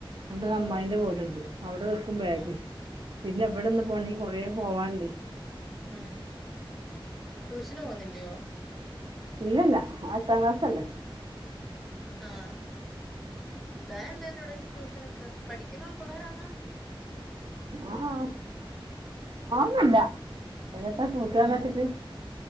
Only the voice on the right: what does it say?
എന്റെരു അമ്മായിന്റെ
വീട്ട് ണ്ട് അവിടെ വെക്കും ബാഗ്
പിന്നെ ഇവിടെന്ന് പോണെങ്കി കൊറേം പോവാ ണ്ട്
ഇല്ലല്ല ഓൻ എട്ടാം ക്ളാസല്ലേ
ആഹ് അതൊന്നില്ല എത്താ ട്യൂഷന്ന് പറഞ്ഞയച്ചിട്ട്